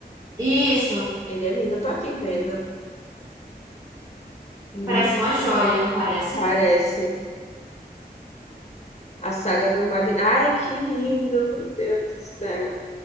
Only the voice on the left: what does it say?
Ele é lindo, eu tô aqui vendo. Hum,
parece. A saga do Magneto. Ai, que lindo, meu Deus do céu.